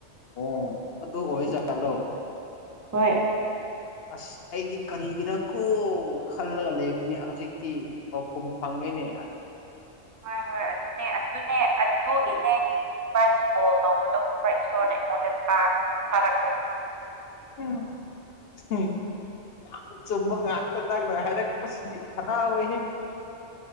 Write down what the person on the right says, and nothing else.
ꯍꯣꯏ꯫
ꯍꯣꯏ ꯍꯣꯏ ꯑꯗꯨꯅꯦ ꯑꯗꯨꯅꯦ꯫ ꯑꯗꯨꯒꯤꯅꯦ ꯏꯕꯥꯅꯤ ꯀꯣꯜ ꯇꯧꯕꯗꯣ ꯈꯪꯕ꯭ꯔ ꯏꯁꯣꯔꯅ ꯑꯩꯉꯣꯟꯗ ꯊꯥ ꯊꯥꯔꯛꯄ꯫